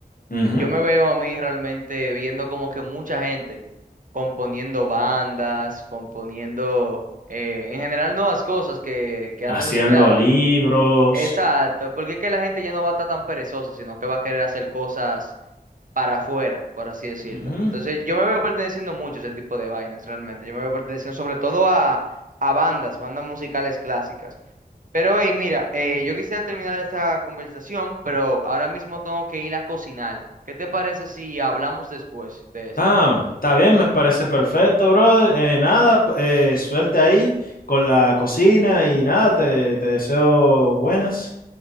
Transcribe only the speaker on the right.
yo me veo a mí realmente viendo como que mucha gente componiendo bandas, componiendo, eh, en general nuevas cosas que, que antes
no se creaban.
Exacto, porque es que la gente ya no va a estar tan perezosa, sino que va a querer hacer cosas para afuera, por así decirlo.
Entonces, yo me veo perteneciendo mucho a ese tipo de vainas, realmente. Yo me veo perteneciendo sobre todo a, a bandas, bandas musicales clásicas. Pero, hey, mira, eh, yo quisiera terminar esta conversación, pero ahora mismo tengo que ir a cocinar. ¿Qué te parece si hablamos después de esto?